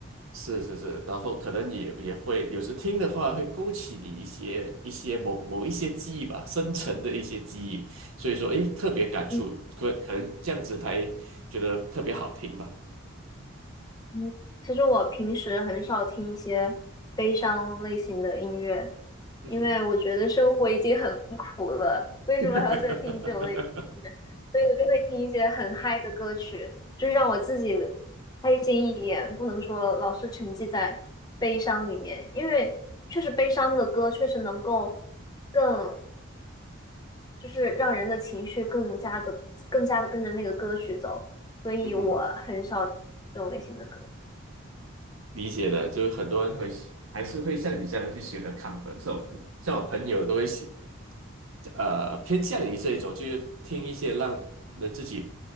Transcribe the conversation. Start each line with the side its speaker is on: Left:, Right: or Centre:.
Right: 是是是，然后可能也也会有时听的话，会勾起你一些一些某某一些记忆吧，深层的一些记忆，所以说，诶，特别感触，
Left: 嗯
Right: 可可能这样子才觉得特别好听吧。
Left: 嗯，其实我平时很少听一些悲伤类型的音乐，
Right: <laughs> 嗯哼，
Left: 因为我觉得生活已经很 <laughs> 苦了，为什么还要再听这种类？
Right: <laughs>
Left: 所以我就会听一些很嗨的歌曲，就是让我自己开心一点，不能说老是沉浸在悲伤里面，因为确实悲伤的歌确实能够更，就是让人的情绪更加的更加的跟着那个歌曲走，所以我很少听这种类型的歌。
Right: 嗯哼，理解的，就是很多人会还是会像你这样去选择亢奋这种，像我朋友都会喜呃偏向于这一种，就是听一些让人自己